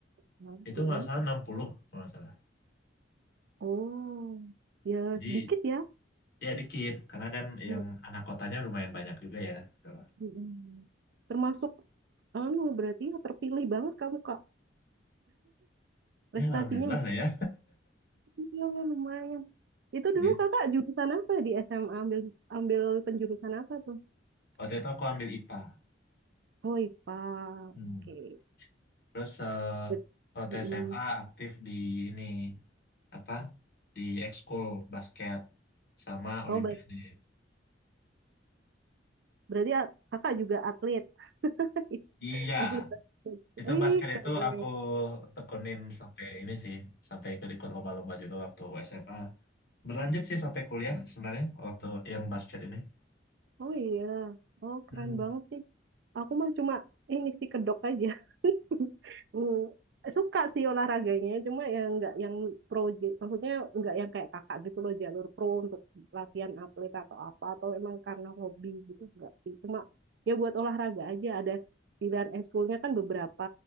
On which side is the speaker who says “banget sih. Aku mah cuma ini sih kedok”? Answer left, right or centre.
Right